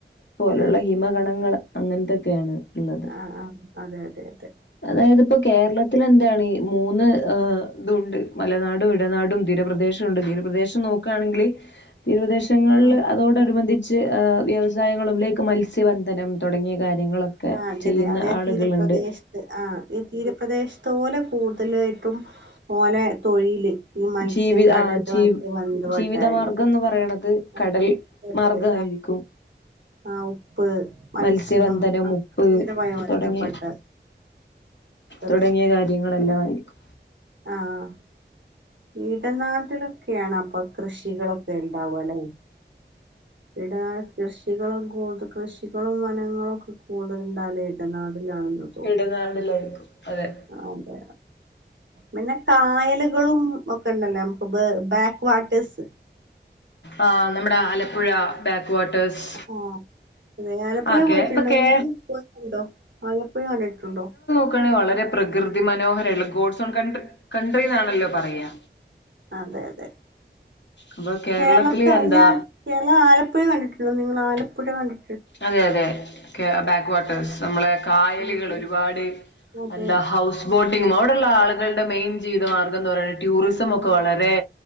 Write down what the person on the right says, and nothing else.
ആഹ് ആഹ് അതെ അതെ അതെ
ആഹ്
ആഹ് അതെ
അതെ അതേ
തീരപ്രദേശത്ത് ആഹ് ഈ തീരപ്രദേശത്തോലെ കൂടുതലായിട്ടും ഓലെ തൊഴില് ഈ മത്സ്യം
കടലുമായിട്ട്
ബന്ധപ്പെട്ടാണ്
ആഹ്
കടല്
ആഹ് ഉപ്പ്, മത്സ്യം
അ
അങ്ങനെ ഭയ ബന്ധപ്പെട്ട്
<unintelligible>
ആഹ് ഇടനാട്ടിലൊക്കെയാണ് അപ്പൊ കൃഷികളൊ ക്കെ ണ്ടാവാ ലേ ഇടനാട് കൃഷികളും കൂടുത കൃഷികളും വനങ്ങളും ഒക്കെ കൂടുതല്ണ്ടാവലെ ഇടനാടിലാണെന്നും
അതെ പിന്നെ കായലുകളും ഒക്കെ ഇണ്ടല്ലോ നമുക്ക് ബാക്ക് വട്ടേഴ്സ്
ആഹ് അതെ ആലപ്പുഴ
പോയിട്ടുണ്ടോങ്ങള്
പോയിട്ടുണ്ടോ ആലപ്പുഴ കണ്ടിട്ടുണ്ടോ
അതെ അതെ
കേരളത്ത്
അല്ല എല ആലപ്പുഴ കണ്ടിട്ടുള്ളോ നിങ്ങള് ആലപ്പുഴ കണ്ടി
അതെ
അതെ